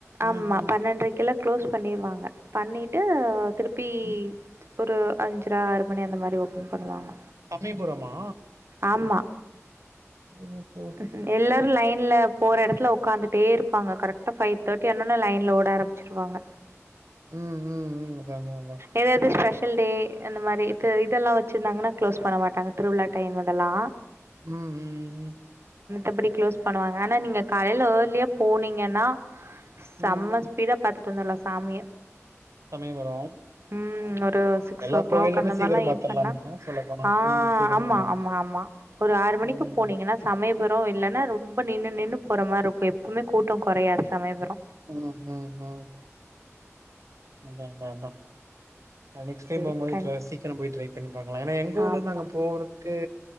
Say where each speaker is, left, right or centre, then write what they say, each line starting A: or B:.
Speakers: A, on the right; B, on the right.
A: ஆமா
B: ஆஹ.
A: பன்னெண்டரைக்குலாம் க்ளோஸ் பண்ணிருவாங்க பண்ணிட்டு திருப்பி
B: ம்.
A: ஒரு அஞ்சர ஆறு மணி அந்த மாதிரி ஓப்பன் பண்ணுவாங்க
B: சமயபுரமா
A: ஆமா.
B: ஓஹோ
A: ம்ஹ்ம். எல்லாரும் லைன்ல போற இடத்துல உட்காந்துட்டே இருப்பாங்க கரெக்டா பைவ் தேர் க்கு என்னன்னா லைன்ல ஓட ஆரம்பிச்சிருவாங்க
B: ம், ம், ம். அதான், அதான், அதான்.
A: ஏதாவது ஸ்பெஷ் ல்டே அந்த மாரி இது போன்று இதெல்லாம் வச்சருந்தாங்கன்னா க்ளோஸ் பண்ண மாட்டாங்க திருவிழா டைம் அதெல்லாம்
B: உம் - உம் - உம்
A: எப்டி க்ளோஸ் பண்ணுவாங்க ஆனா நீங்க காலைல ஏர்லியா போனீங்கன்னா செம்ம
B: ம்.
A: ஸ்பீடா பாத்து <unintelligible> வந்தரலா சாமிய
B: சமயபுரம்.
A: ம் ஒரு சிக்ஸ்
B: எல்லா
A: ஓ கிளாக்
B: கோவில்லுமே
A: அந்த மாரில்லா
B: சீக்கிரம்
A: எய்ம்
B: பாத்துர்லாம்ல
A: பண்ணா
B: சொல்லப்போனா.
A: ஆ
B: ம். சீக்கிரமா
A: ஆமா
B: போலாம்.
A: ஆமா ஆமா ஒரு ஆறு மணிக்கு
B: ம், ம்,
A: போனீங்கன்னா
B: ம்.
A: சமைய புரோ இல்லன்னா ரொம்ப நின்னு நின்னு போற மாரி இருக்கும் எப்பவுமே கூட்டோ கொறையாது சமயபுரோ
B: ம் ம் ம் அதான் அதான் அதான் நா நெக்ஸ்ட் டைம்
A: சேரி
B: போகும் போது
A: கண்
B: ட்ர சீக்கிர போய் ட்ரை <unintelligible> ஏன்னா எங்க ஊர்ல
A: ஆமா
B: இருந்து அங்க போறதுக்கு